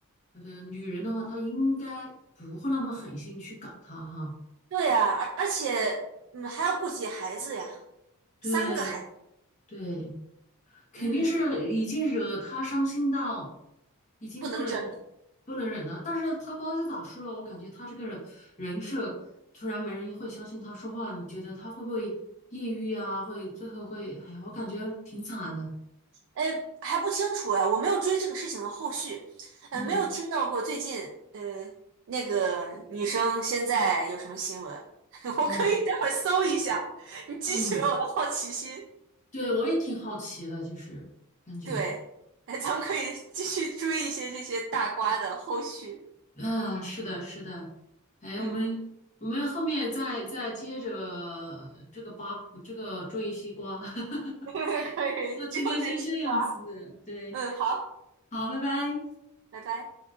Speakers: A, on the left; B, on the right.
A: 呃女人的话，她应该不会那么狠心去搞他哈。
B: 对啊，而而且嗯还要顾及孩子呀，
A: 对
B: 三个孩子，
A: 对，肯定是已经惹他伤心到
B: 嗯，
A: 已经不能
B: 不能忍了。
A: 不能忍了。但是他官司打输了，我感觉他这个人人设突然没人会相信他说话，你觉得他会不会抑郁啊？会最后会，哎呀，我感觉挺惨的。
B: 哎，还不清楚哎，我没有追这个事情的后续，呃，
A: 嗯
B: 没有听到过最近呃那个女生现在有什么新闻，<laughs> 我可以待会儿搜一下，
A: 嗯
B: 你激起了我的好奇心。
A: 嗯，对，我也挺好奇的，就是感觉
B: 对，哎，咱们可以继续追一些这些大瓜的后续，
A: 啊，是的，是的。哎，
B: 嗯，
A: 我们我们后面再再接着这个八这个追西瓜。<laughs>
B: <laughs> 可以，
A: 那今天先这样子，
B: 之后再吃瓜，
A: 对，
B: 嗯，好，
A: 好，拜拜。
B: 拜拜。